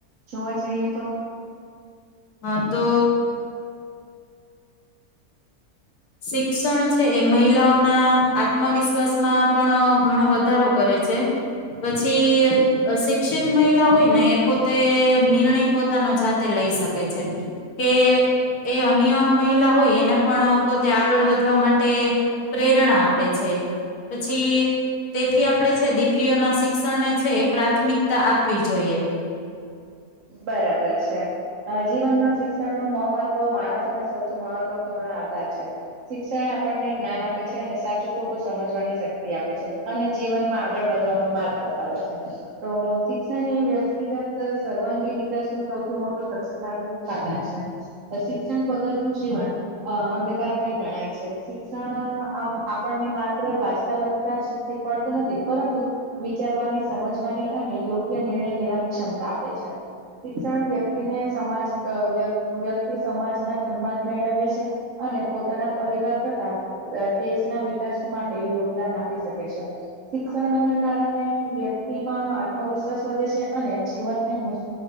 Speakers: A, on the right (about 60°); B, on the left (about 80°).
A: જોવા જઈએ તો..
B: હા... તો.. શિક્ષણ છે એ મહિલાઓના આત્મવિશ્વાસમાં પણ ઘણો વધારો કરે છે પછી શિક્ષિત મહિલા હોય ને એ પોતે નિર્ણય પોતાનો જાતે લઈ શકે છે કે એ અન્ય મહિલા હોય એને પણ.. પોતે આગળ વધવા માટે પ્રેરણા આપે છે પછી તેથી આપણે છે દીકરીઓના શિક્ષણને છે એ પ્રાથમિકતા આપવી જોઈએ.
A: બરાબર છે. જીવનમાં શિક્ષણ નું મહત્વ માણસોને સૌથી મહત્વપૂર્ણ આધાર છે. શિક્ષણ આપણને જ્ઞાન આપે છે અને સાચું ખોટું સમજવાની શક્તિ આપે છે અને જીવનમાં આગળ વધવાનો માર્ગ બતાવે છે. તો શિક્ષણ એ વ્યક્તિગત સર્વાંગી.. વિકાસનું સૌથી મોટું શક્તિશાળી સાધન છે. શિક્ષણ વગર નું જીવન અંધકારમય ગણાય છે. શિક્ષણ આ.. આપણને માત્ર વાચતા લખ... સાચે.. શીખવાડતું નથી પરંતુ વિચારવાને... સમજવાની અને યોગ્ય નિર્ણય લેવાની ક્ષમતા આપે છે. શિક્ષણ વ્યક્તિને સમાજ વ્યક્તિ સમાજના સન્માન મેળવે છે અને પોતાના પરિવાર તથા દેશના વિકાસ માટે યોગદાન આપી શકે છે. શિક્ષણના કારણે વ્યક્તિ. ‌... વ્યક્તિ‌માં આત્મવિશ્વાસ વધે છે અને.. જીવનને મુશ મુ